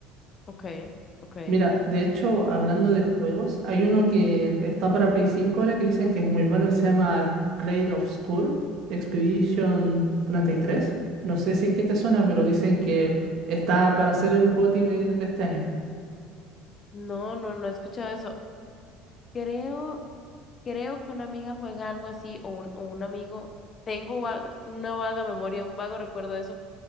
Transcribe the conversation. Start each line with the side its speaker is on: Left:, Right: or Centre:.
Left: Okay, ok.
Right: Mira, de hecho, hablando de juegos, hay uno que está para Play 5 ahora que dicen que es muy bueno, que se llama Clair Obscur Expedition treinta y tres. No sé si es que te suena, pero dicen que está para ser el GOTY de, de este año.
Left: No, no, no he escuchado eso. Creo, creo que una amiga juega algo así o un, o un amigo. Tengo va- una vaga memoria, un vago recuerdo de eso,